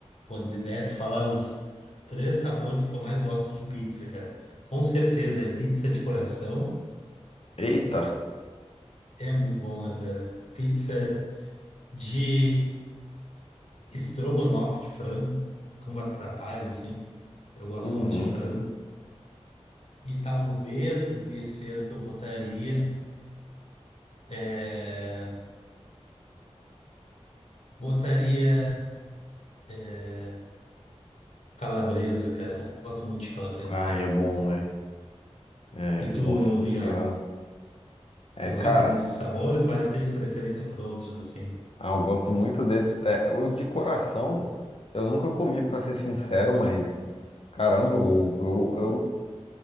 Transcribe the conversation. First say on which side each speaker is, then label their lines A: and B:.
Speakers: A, on the left; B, on the left.
A: quando pudesse falar os três sabores que eu mais gosto de pizza, cara. Com certeza é pizza de coração,
B: Eita!
A: é muito bom, né, cara? Pizza de Estrogonofe de frango, como atrapalha, assim. Eu gosto
B: Uhum.
A: muito de frango. E talvez um terceiro que eu botaria é... Botaria é, calabresa, cara. Eu gosto muito de calabresa
B: Ai,
A: também.
B: é bom, né? É,
A: E tu,
B: nossa senhora.
A: Miguel,
B: É,
A: tu gosta
B: cara.
A: desses sabores, mas tens preferência por outros, assim.
B: Ah, eu gosto muito desse. É, o de coração, eu nunca comi, pra ser sincero, mas caramba, o- eu, eu